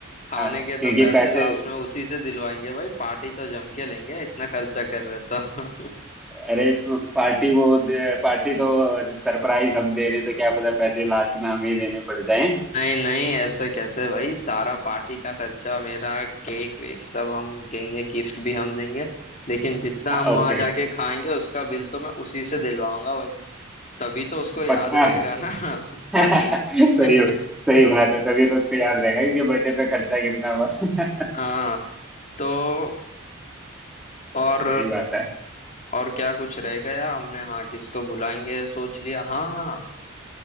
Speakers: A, on the left; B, in the centre.
A: खाने
B: अ,
A: के
B: क्योंकि
A: तो पैसे
B: पैसे
A: लास्ट में उसी से दिलवाएंगे भाई पार्टी तो जम के लेंगे इतना खर्चा कर रहे तो
B: अरे प- पार्टी वो दे- पार्टी तो सरप्राइज हम दे रहे हैं तो क्या पता पैसे लास्ट में हमें ही देने पड़ जाएं
A: <laughs> नहीं नहीं ऐसे कैसे भाई सारा पार्टी का खर्चा मेरा केक वेक सब हम देंगे गिफ्ट भी हम देंगे लेकिन जितना
B: हाँ,
A: हम
B: ओके
A: वहां जाके खाएंगे उसका बिल तो मैं उसी से दिलवाऊंगा भाई तभी तो उसको याद
B: पक्का
A: रहेगा ना <laughs>
B: <laughs>
A: पार्टी
B: सही
A: <laughs>
B: सही बात है तभी तो उसको याद रहेगा इसके बर्थडे पे खर्चा कितना हुआ <laughs>
A: हाँ तो और
B: सही बात है
A: और क्या कुछ रहेगा या हमने हाँ किसको बुलाएंगे सोच लिया हाँ हाँ